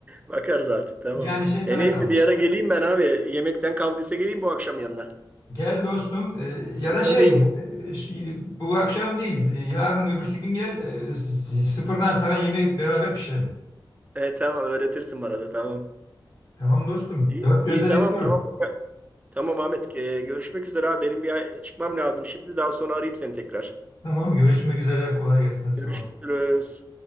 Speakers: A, on the right; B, on the left.
A: Bakarız artık. Tamam.
B: Yani şey sana
A: E neyse
B: kalmış.
A: bir ara geleyim ben abi. Yemekten kaldıysa geleyim bu akşam yanına.
B: Gel dostum Ee, ya
A: Bir
B: da
A: tadayım.
B: şey e, şey, bu akşam değil e, yarın öbürsü gün gel e, s- s- sıfırdan sana yemeği beraber pişirelim.
A: E, tamam öğretirsin bana da tamam.
B: Tamam dostum
A: İyi,
B: dört gözle
A: iyi tamam
B: bekliyorum.
A: tamam. Tamam Ahmet. E, görüşmek üzere abi. Benim bir çıkmam lazım şimdi. Daha sonra arayayım seni tekrar.
B: Tamam görüşmek üzere kolay gelsin sağ
A: Görüşürüz.
B: ol.